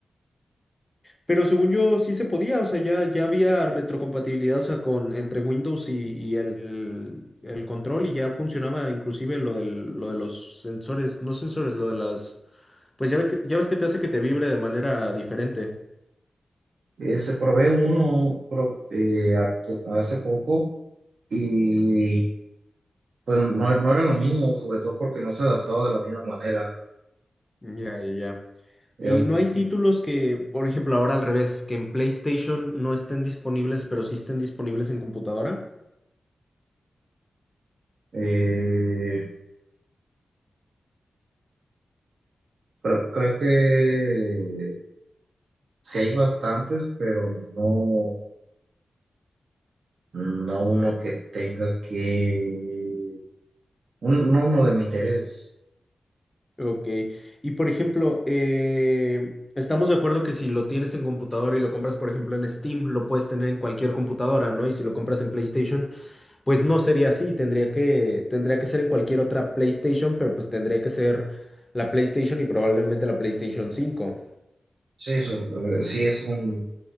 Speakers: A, on the left (about 25°); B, on the right (about 80°).
A: Pero según yo sí se podía, o sea, ya, ya había retrocompatibilidad, o sea, con, entre Windows y, y el, el control y ya funcionaba inclusive lo del, lo de los sensores, no sensores, lo de las... Pues ya, ve que- ya ves que te hace que te vibre de manera diferente.
B: Eh, se probé uno pro- eh, actu- hace poco y pues no, no era lo mismo, sobre todo porque no se adaptaba de la misma manera.
A: Ya, ya, ya.
B: Era
A: Y
B: un
A: no
B: poquito...
A: hay títulos que, por ejemplo, ahora al revés, que en PlayStation no estén disponibles, pero sí estén disponibles en computadora.
B: eh, Creo, creo que Sí hay bastantes, pero no, no uno que tenga que, un- no uno de mi interés.
A: Ok. Y por ejemplo, eh, estamos de acuerdo que si lo tienes en computadora y lo compras, por ejemplo, en Steam, lo puedes tener en cualquier computadora, ¿no? Y si lo compras en PlayStation, pues no sería así. Tendría que, tendría que ser en cualquier otra PlayStation, pero pues tendría que ser la PlayStation y probablemente la PlayStation cinco
B: Sí, so- eh, sí es un,